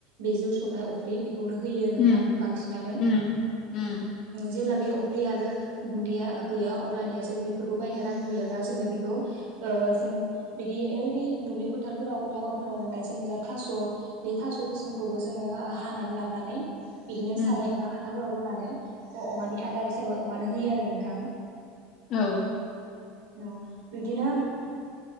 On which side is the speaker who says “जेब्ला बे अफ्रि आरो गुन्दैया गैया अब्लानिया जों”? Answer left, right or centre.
Right